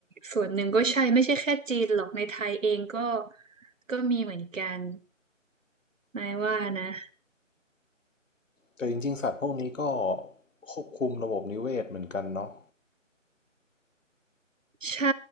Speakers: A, on the right; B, on the left.
A: ส่วนหนึ่งก็ใช่ไม่ใช่แค่จีนหรอกในไทยเองก็ก็มีเหมือนกันนายว่านะ
B: แต่จริงๆสัตว์พวกนี้ก็ควบคุมระบบนิเวศเหมือนกันเนาะ
A: ใช่